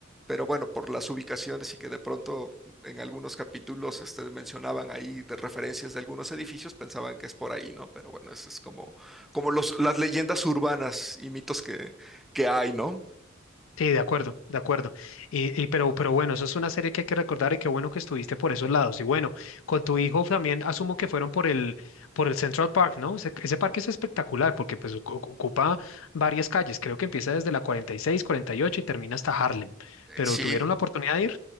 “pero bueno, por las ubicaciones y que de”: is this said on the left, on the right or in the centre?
Centre